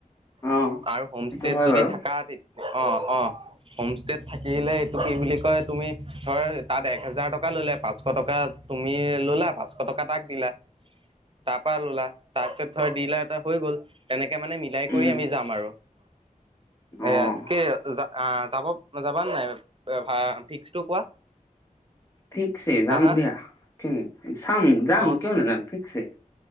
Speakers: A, on the left; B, on the right.
A: অঁ
B: আৰু হোমষ্টত
A: সেইটো হয়
B: যদি
A: বাৰু
B: থাকা তে অ', অ', হোম ষ্টেত থাকিলে এইটো কি বুলি কয়, তুমি ধৰ তাত এক হেজাৰ টকা টকা ল'লা পাঁচশ টকা তুমি ল'লা, পাঁচশ টকা তাক দিলা, তাৰ পৰা ল'লা। তাৰপিছত ধৰ দি এটা হৈ গ'ল, তেনেকে মানে মিলাই
A: উম
B: কৰি আমি যাম আৰু। এয়া,
A: অঁ
B: কি, যাব আ, যাবাে- যাবা নাই এ, ভা ফিক্সটো কোৱা।
A: ফিক্সয়ে যাম
B: হা হা
A: দিয়া, <unintelligible> চাম যাম,
B: অ
A: কিয় নাযাম, যাম ফিক্সয়ে।